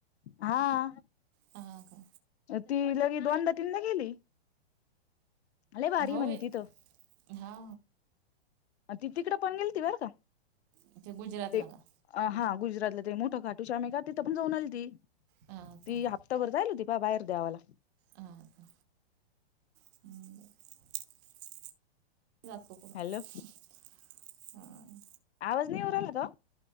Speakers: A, on the left; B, on the right.
A: <unintelligible> हां
B: हा का
A: ती लगी दोनदा तीनदा गेली. लय भारी
B: हो
A: म्हणे
B: बाई
A: तिथं
B: हा
A: ती तिकडे पण गेलती बर का.
B: तिथे गुजरातला
A: ते
B: का?
A: अ हा गुजरातला ते मोठं खाटू श्यामे का तिथं पण जाऊन आली ती
B: हा
A: ती
B: का
A: हं त बर जाईल होती बाहेर देवाला.
B: हा का <inaudible> तू नाही जात का कुठे
A: हॅलो
B: ह्ं
A: आवाज नाही येऊ राहिला का?